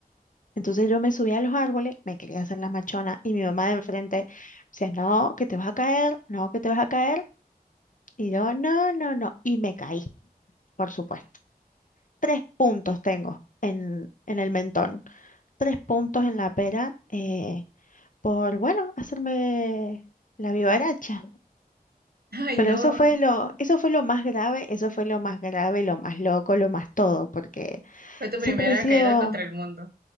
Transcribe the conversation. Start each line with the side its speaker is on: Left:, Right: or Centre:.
Left: Entonces yo me subí a los árboles, me quería hacer la machona y mi mamá de enfrente decía, no, que te vas a caer, no, que te vas a caer. Y yo, no, no, no. Y me caí, por supuesto. Tres puntos tengo en, en el mentón, tres puntos en la pera. eh, por, bueno, hacerme la vivaracha.
Right: Ay,
Left: Pero
Right: no,
Left: eso fue lo, eso fue lo más grave, eso fue lo más grave, lo más loco, lo más todo, porque
Right: fue tu
Left: siempre
Right: primera
Left: he sido,
Right: caída contra el mundo.